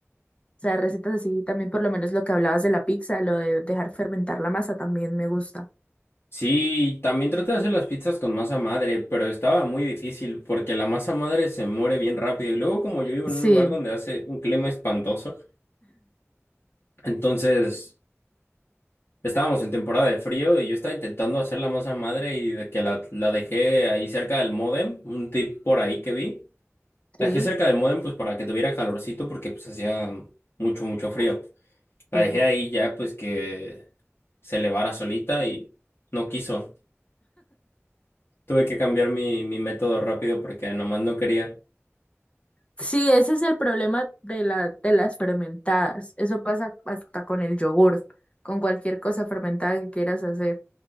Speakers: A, on the left (about 25°); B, on the left (about 55°).
A: O sea, recetas así, también por lo menos lo que hablabas de la pizza, lo de dejar fermentar la masa también me gusta.
B: Sí, también traté de hacer las pizzas con masa madre, pero estaba muy difícil porque la masa madre se muere bien rápido y luego como yo vivo
A: Sí,
B: en un lugar donde hace un clima espantoso, entonces estábamos en temporada de frío y yo estaba intentando hacer la masa madre y de que la, la dejé ahí cerca del módem, un tip por ahí que vi.
A: sí,
B: La dejé cerca del modem pues para que tuviera calorcito porque pues hacía mucho, mucho frío. La
A: ok.
B: dejé ahí ya pues que se elevara solita y no quiso. Tuve que cambiar mi, mi método rápido porque nomás no quería.
A: Sí, ese es el problema de la, de las fermentadas. Eso pasa hasta con el yogur, con cualquier cosa fermentada que quieras hacer.